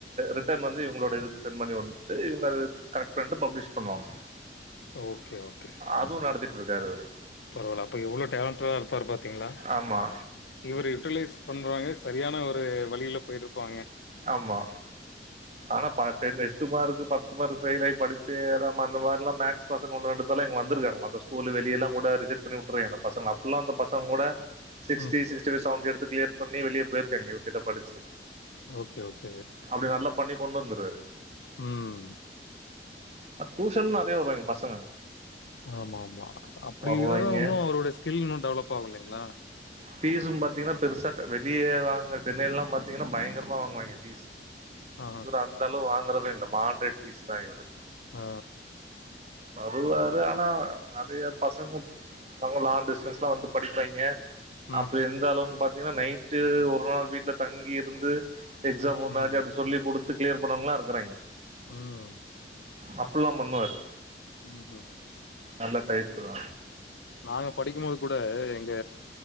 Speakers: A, on the right (about 35°); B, on the left (about 80°).
A: ரிட்டன் வந்து இவங்களோட இதுக்கு சென் பண்ணிவுடன்னு ட்டு இவங்க அத கரக்ட் பண்ணிட்டு பப்ளிஷ் பண்ணுவாங்க
B: ஓக்கே ஓக்கே
A: அது நடத்திட்டு இருக்காரு இவுரு
B: பரவால்ல அப்ப எவ்ளோ டேலன்டா இருப்பாரு பாத்தீங்களா
A: ஆமா
B: இவரு யூட்டுலைஸ் பண்றவங்க சரியான ஒரு வழியில போயிட்டு இருப்பாங்க
A: ஆமா ஆனா பட் எட்டு மார்க் பத்து மார்க் ஃபைலாயி படிப்பே ஏறமா அந்த மார்லா மேக்ஸ் பசங்க ஒன்னு ரெண்டு பேரலா இங்க வந்திருக்காங்க மத்த ஸ்கூலு வெளிய எல்லா கூட ரிஜாட் பண்ணி உட்டுறிங்க இந்த பசங்க அப்டில்லா வந்து பசங்க கூட சிக்ஸ்டி
B: ம்.
A: சிக்ஸ்டி ஃபைவ் செவன்டி எடுத்து கிளியர் பண்ணி வெளிய போயிருக்காங்க இவருகிட்ட படிச்சி
B: ஓக்கே ஓக்கே
A: அப்டி நல்லா பண்ணி கொண்டு வந்துருவாரு
B: ம்
A: டியூஷன் நெறைய வருவாங்க பசங்க
B: ஆம்மா ஆம்மா அப்டி
A: வருவாய்ங்க
B: இருந்துதா இன்னோ அவுரோடைய ஸ்கில் இன்னு டெவலப் ஆகுயில்லைங்களா
A: ஃபிஷ் பாத்தீங்கன்னா பெருசா வெளிய வாங்க சென்னையில்லா பாத்தீங்கன்னா பயங்கரமா வாங்குவாங்க ஃபிஷ்
B: ஆ
A: இவர்ரு அந்தளவு வாங்குறது இல்ல மாட்ரேட் ஃபிஷ் தா இவரு
B: ஆ
A: வருவாரு ஆனா நெறைய பசங்க ரொம்ப லாங் டிஸ்டன்ஸ்லா வந்து படிப்பாங்க
B: ம்.
A: அப்டியிருந்தாலு பாத்தீங்கன்னா நைட்டு ஒரு நாள் வீட்டுல தங்கி இருந்து எக்ஸாம்
B: ம்ஹ்ம்.
A: முன்னாடி அப்டி சொல்லி கொடுத்து கிளியர் பண்ணவாங்கலா இருக்கிறாங்க
B: ம்
A: அப்டில்லா பண்ணுவாரு
B: <unintelligible>
A: நல்ல டைப்பு தா
B: நாங்க படிக்கும் போது கூட எங்க